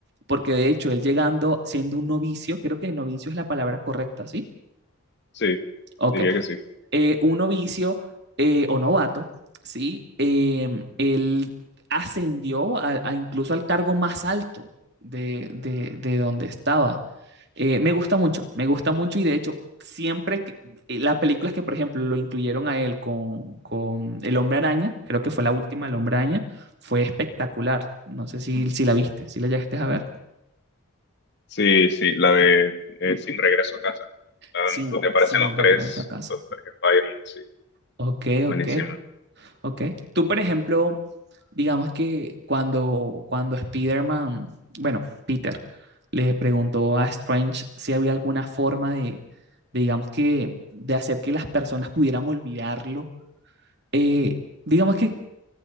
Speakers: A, on the right; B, on the left.
A: porque de hecho él llegando siendo un novicio, creo que novicio es la palabra correcta, ¿sí?
B: sí,
A: Ok,
B: diría que sí.
A: eh, un novicio eh, o novato, ¿sí? Eh, él ascendió a, a incluso al cargo más alto de, de, de donde estaba. Eh, me gusta mucho, me gusta mucho y de hecho siempre que, eh, las películas que por ejemplo lo incluyeron a él con, con El Hombre Araña, creo que fue la última El Hombre Araña, fue espectacular. No sé si, si la viste, si la llegaste a ver.
B: Sí, sí, la de eh, Sin Regreso a Casa, la
A: Sin,
B: donde aparecen
A: sin
B: los tres,
A: regreso a casa.
B: los tres Spider-Man, sí,
A: Ok,
B: buenísima.
A: ok. Ok. Tú, por ejemplo, digamos que cuando, cuando Spider-Man, bueno, Peter, le preguntó a Strange si había alguna forma de, de, digamos que, de hacer que las personas pudieran olvidarlo. eh, digamos que